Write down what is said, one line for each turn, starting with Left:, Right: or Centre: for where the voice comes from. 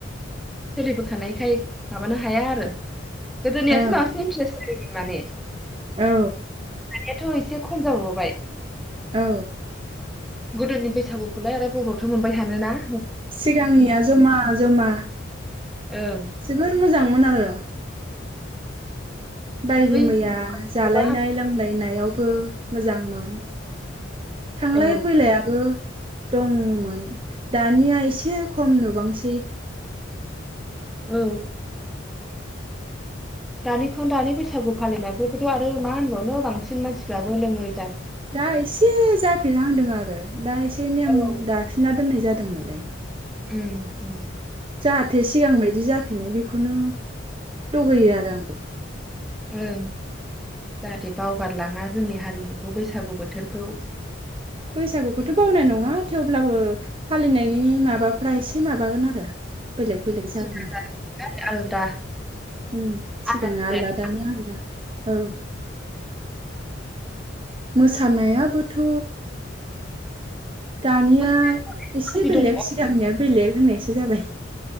Centre: सोलिबोखानायखाय माबानो हाया आरो गोदोनि आसो
Right: ओं
Centre: बांसिन <unintelligible> माने
Right: औ
Centre: दानिआथ' एसे खम जाबावबाय।
Right: औ।
Centre: गोदोनि बैसागुखौलाय आरो बबावयावथ' मोनबाय थानोना
Right: सिगांनिया जमा जमा
Centre: ओं
Right: जोबोर मोजांमोन आरो बायदि
Centre: बै
Right: मैया जालायनाय
Centre: माबा
Right: लोंलायनायावबो मोजांमोन। थांलाय
Centre: औ
Right: फैलायाबो दंमोन दानिया एसे खम नुबांसै।
Centre: औ। दानिखौ दानि बैसागु फालिनायफोरखौथ' आरो मा होनबावनो बांसिन मानसिफ्राबो लोङो
Right: दा एसे जाफिनहांदों आरो। दाइसेन
Centre: औ
Right: फोननाय जादों नालाय।
Centre: उम उम
Right: जाहाथे सिगां बायदि जाफिनो बेखौनो लुगैयो आरो आंबो
Centre: ओ जाहाथे बावगारलाङा जोंनि हारिमुखौ बैसागु बोथोरखौ
Right: बैसागुखौथ' बावनाय नङा थेवब्लाबो फालिनायनि माबाफ्रा एसे माबागोन आरो बेलेग बेलेग जागोन
Centre: जुदाया
Right: आरो
Centre: आरो आलदा
Right: उम सिगांना
Centre: आदा जुदायाथ'
Right: आलदा दानिया आलदा औ मोसानायाबोथ' दानिया
Centre: मोसानाय
Right: एसे
Centre: रोखोमनि
Right: बेलेग
Centre: दङ
Right: सिगांनिया बेलेग होननायसो जाबाय